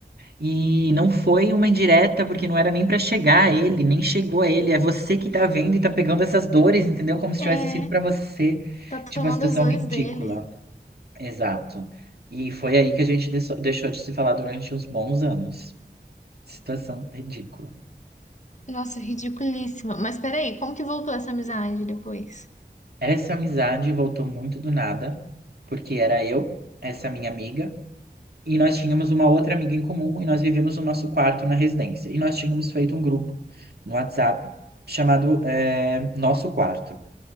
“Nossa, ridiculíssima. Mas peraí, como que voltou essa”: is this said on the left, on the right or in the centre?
Left